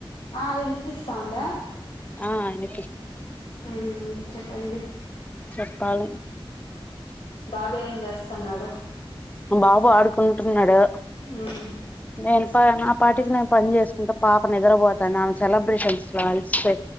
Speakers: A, on the left; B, on the left.
A: ఆ వినిపిస్తాందా
B: ఆ అయన
A: మ్మ్ చెప్పండి
B: చెప్పార
A: బాబు ఏం చేస్తాన్నాడు
B: బాబు ఆడుకుంటున్నాడు
A: మ్మ్
B: నేను పొనాప్ నాపాటికి నేను పని చేసుకుంట పాపని నిద్రపోతాంది ఆ సెలబ్రేషన్స్ లో అలసిపో